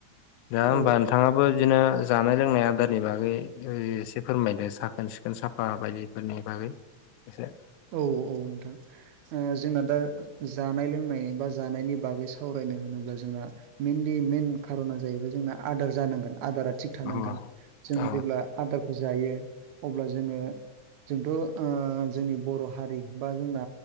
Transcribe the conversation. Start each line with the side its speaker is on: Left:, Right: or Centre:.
Left: दा होमबा
Right: औ
Left: नोंथाङाबो बिदिनो जानाय लोंनाय आदारनि बागै एसे फोरमायदो साखोन सिखोन साफा बायदिफोरनि बागै बेसे
Right: औ-औ नोंथां जोंना दा जानाय लोंनाय बा जानायनि बागै सावरायनो होनोब्ला जोंना मइेनलि मेन खार'ना जाहैबाय जोंना आदार जानांगोन आदारा थिग थानांगोन
Left: औ
Right: जों
Left: औ
Right: जेब्ला आदारखौ जायो अब्ला जोङो जोंथ' जोंनि बर' हारि बा जोंना